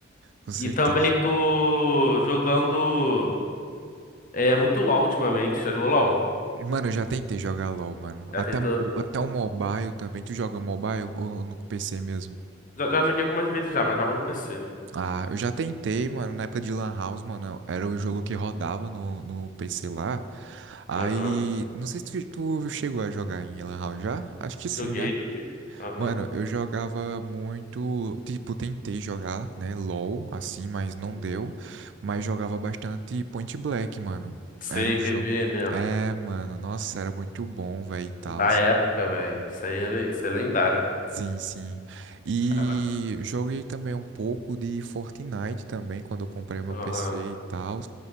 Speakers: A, on the right; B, on the left.
A: com certeza.
B: E também tô jogando é, muito LoL ultimamente. Já jogou LoL?
A: Mano, eu já tentei jogar LoL, mano,
B: Já
A: até,
B: tentou
A: o- até o mobile também, tu joga mobile ou no PC mesmo?
B: Já, já joguei algumas vezes já, mas jogo no PC.
A: Ah, eu já tentei, mano, na época de Lan House, mano, era o jogo que rodava no, no PC lá. Aí,
B: Aham.
A: não sei se tu, tu chegou a jogar em Lan House já? Acho que sim,
B: Joguei,
A: né?
B: joguei. Aham.
A: Mano, eu jogava muito, tipo, tentei jogar, né, LoL, assim, mas não
B: Uhum.
A: deu. Mas jogava bastante Point Black, mano.
B: Sei,
A: Era um
B: P
A: jogo...
B: B né?
A: É, mano, nossa, era muito bom, velho, e tal.
B: Da época, velho. Isso aí é, isso é lendário.
A: Sim, sim. E
B: Caraca.
A: joguei também um pouco de Fortnite também, quando eu comprei o meu
B: Aham.
A: PC e tal.